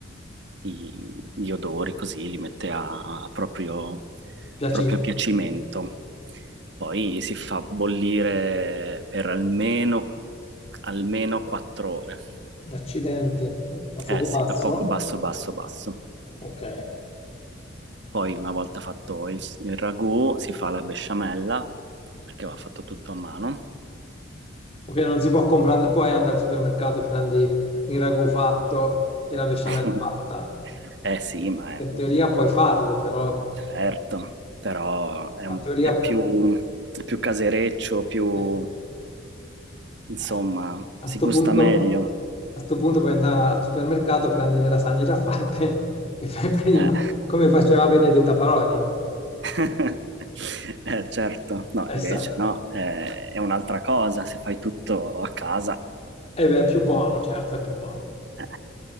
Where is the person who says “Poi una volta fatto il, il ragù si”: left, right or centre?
Right